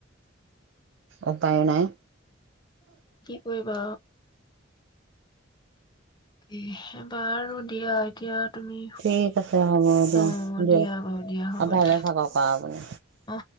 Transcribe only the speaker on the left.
কিবা কি বাৰু দিয়া এতিয়া। তুমি
অ
দিয়া বাৰু দিয়া হ'ব
দিয়া
অ